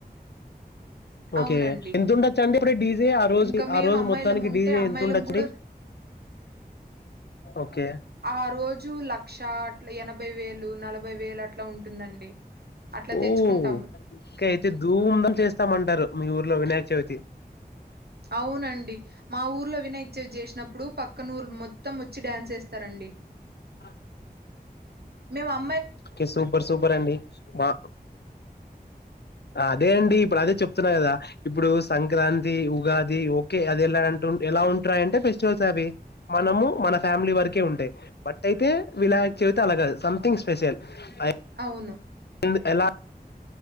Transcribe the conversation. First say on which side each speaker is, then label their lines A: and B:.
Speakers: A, on the right (about 70°); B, on the left (about 80°).
A: అవునండి
B: ఓకే ఎంతుండచ్చండి ద డీల్ దె ఆ రోజు
A: ఇంకా మేము
B: ఆ రోజు
A: అమ్మాయిలం
B: మొత్తానికి
A: ఉంటే
B: డీజే
A: అమ్మాయిలం
B: ఎంత ఉండచ్చడి
A: కూడా
B: ఓకే.
A: ఆ రోజు ల క్ష అట్ల ఎనభై వేలు నలభై వేలు అట్లా ఉంటుందండి అట్లా తెచ్చుకుంటాము
B: ఊమ్ ఇంకా అయితే దూందం చేస్తామంటారు మీ ఊర్లో వినాయక చవితి
A: అవునండి మా ఊర్లో వినాయక చవితి జేసినప్పుడు పక్కన ఊరు మొత్తం ఒచ్చి డ్యాన్స్ ఏస్తారండి.
B: ఆ
A: మేమ ప్
B: మీర్ సూపర్ సూపర్ అండి మా అదే అండి ఇప్పుడు అదే చెప్ ప్తున్న గదా ఇబుడు సంక్రాంతి ఉగాది ఒకే అది ఎలా అంటు ఎలా ఉంట్రయంటే ఫెస్టివల్స్ అవి మనము మన ఫ్యామిలీ వరకే ఉంటయి. బట్ అయితే వినాయక చవితే అలా గాదు సంమ్ థింగ్ స్పెషల్. <inaudible>
A: అవును
B: నువు ఎలా